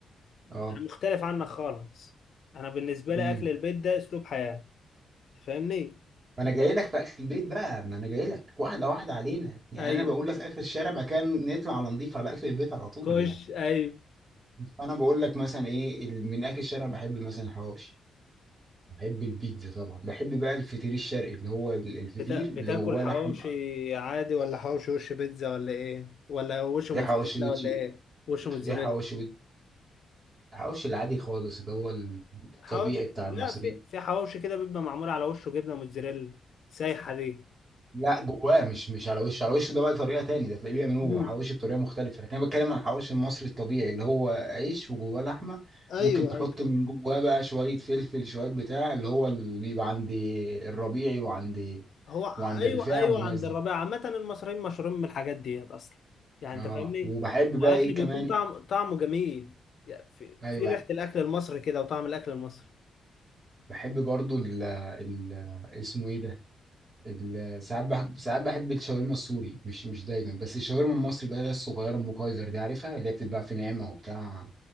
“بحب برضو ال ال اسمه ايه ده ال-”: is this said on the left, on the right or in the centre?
Right